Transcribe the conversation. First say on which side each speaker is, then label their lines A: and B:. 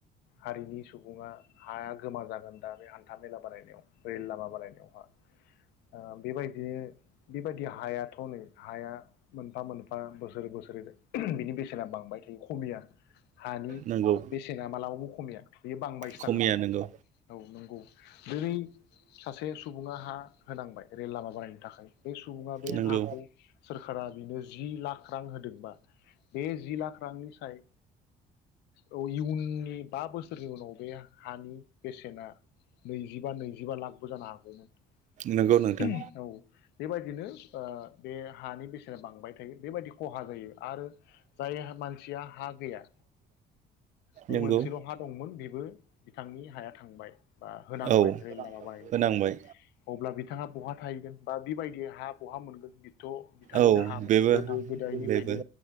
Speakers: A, on the left; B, on the right.
A: हारिनि सुबुङा हा गोमा जागोन दा बे हान्था मेला बानायनायाव रेल लामा बारायनायावहा ओ बेबायदि बेबायदि हायाथ नै हाया मोनफा मोनफा बोसोर बोसोर <unintelligible> बिनि बेसेना बांबाय थायो खमिया हानि
B: नंगौ
A: बेसे ब खमिया बेयो बांबायसो
B: खमिया
A: थागोन
B: नंगौ
A: औ नंगौ दिनै सासे सुबुङा हा होनांबाय रेल लामा बानायायनो थाखाय बे सुबुङा बे
B: नंगौ
A: हाखौ सोरखारा बेनो जि लाख रां होदों बा बे जि लाख रांनि साय औ इउ बे बा बोसोरनि उनाव बे हानि बेसेना नैजिबा नैजिबा लाखबो जानो हागौमोन
B: नंगौ नोंथां
A: <unintelligible> औ बेबायदिनो ओ बे हानि बेसेना बांबाय थायो बेबायदि खहा जायो आरो जाय मानसिया हा गैया बे
B: नंगौ
A: मोनसेल हा दंमोन बेबो बिथांनि हाया थांबाय बा होनांबाय
B: औ
A: रेल लामा बानायनो
B: होनांबाय
A: थाखाय अब्ला बिथाङा बहा थाहैगोन बा बिबायदि हा बहा मोनगोन बेथ बिथांनिनो
B: औ
A: हामोन
B: बेबो
A: गोदो गोदायनिफ्रायनो
B: बेबो